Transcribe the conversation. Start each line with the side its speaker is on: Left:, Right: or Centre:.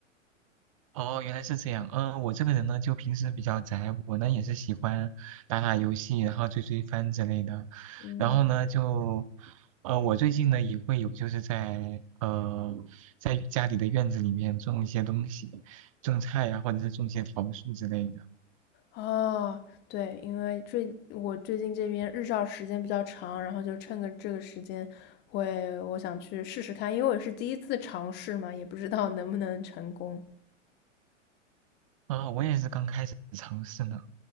Right: 哦，原来是这样，嗯，我这个人呢，就平时比较宅，我呢也是喜欢打打游戏，然后追追番之类的，
Left: 嗯。
Right: 然后呢就，呃，我最近呢也会有就是在呃在家里的院子里面种一些东西，种菜呀、或者是种一些桃树之类的。
Left: 哦，对，因为最我最近这边日照时间比较长，然后就趁个这个时间会，我想去试试看，因为我也是第一次尝试嘛，也不知道能不能成功。
Right: 啊，我也是刚开始尝试呢，